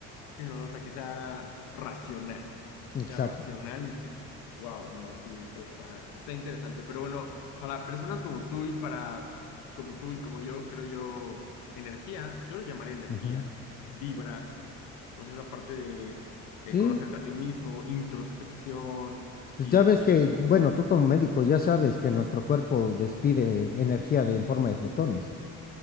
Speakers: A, on the left (about 80°); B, on the left (about 30°).
A: y ¿no? O sea, que sea racional, que
B: Exacto.
A: sea racional y que, wow, no, sí, eso está, está interesante. Pero bueno, para personas como tú y para, como tú y como yo, creo yo, energía, yo lo llamaría energía,
B: ujú.
A: vibra, pues esa parte de eh,
B: Sí,
A: conocerte a ti mismo, introspección
B: pues
A: y...
B: ya ves que, bueno, tú como médico ya sabes que nuestro cuerpo despide energía de, en forma de fotones